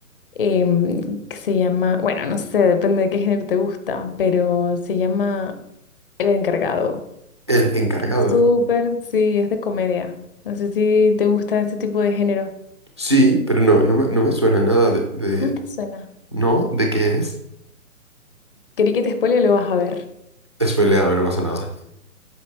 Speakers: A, on the left; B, on the right.
A: em, que se llama, bueno, no sé, depende de qué género te gusta, pero se llama El Encargado.
B: El encargado.
A: Súper, sí, es de comedia. No sé si te gusta este tipo de género.
B: Sí, pero no, no me, no me suena nada de, de-
A: ¿No te suena?
B: ¿No? ¿De qué es?
A: Quería que te spoile, lo vas a ver.
B: Spoiléame, no pasa nada.